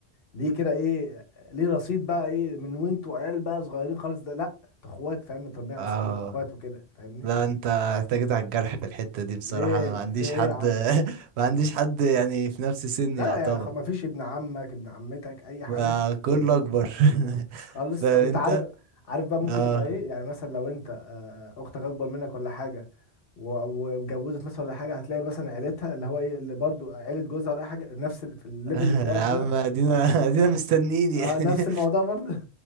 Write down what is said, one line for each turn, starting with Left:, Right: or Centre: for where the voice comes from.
Left: ليه كده ايه ليه رصيد بقى ايه من وانتوا عيال بقى صغيرين خالص ده لا انتوا اخوات فاهم متربيين على
Right: اه
Left: سكنك اخوات وكده فاهمني
Right: لا أنت احتاجت على الجرح في الحتة دي بصراحة
Left: ليه
Right: أنا ما عنديش
Left: في ايه
Right: حد
Left: يا عم
Right: <laughs> ما عنديش حد يعني في نفس سني
Left: لا
Right: يعتبر
Left: يا خ... ما فيش ابن عمك ابن عمتك اي حاجه
Right: ما كله أكبر <laughs>
Left: خالص
Right: فاهم
Left: طب انت
Right: أنت
Left: عارف عارف بقى ممكن
Right: اه
Left: تبقى ايه يعني مثلا لو انت آه، اختك اكبر منك ولا حاجه و- واتجوزت مثلا ولا حاجه هتلاقي مثلا عيلتها اللي هو ايه اللي برضو عيله جوزها ولا اي حاجه نفس ال- في الليفل
Right: <laughs> يا
Left: الصغير
Right: عم
Left: ده
Right: ادينا <laughs> ادينا مستنيين يعني
Left: اه نفس الموضوع برضه <laughs>